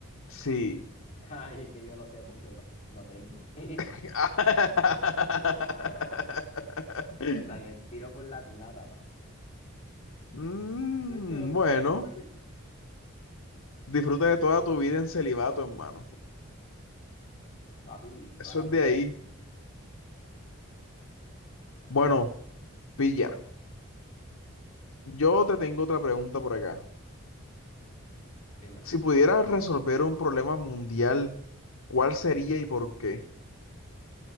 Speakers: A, on the left; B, on the left.
A: Sí.
B: <laughs> Ay, es que yo lo sé porque lo, lo tengo. <laughs>
A: <laughs>
B: Ah, te sale el tiro por la culata, papi.
A: Mm,
B: Ay, me da miedo
A: bueno,
B: a las mujeres.
A: disfruta de toda tu vida en celibato, hermano.
B: Papi,
A: Eso
B: toda la
A: es
B: vida,
A: de ahí. Bueno, pilla. Yo te tengo otra pregunta por acá.
B: dímelo.
A: Si pudieras resolver un problema mundial, ¿cuál sería y por qué?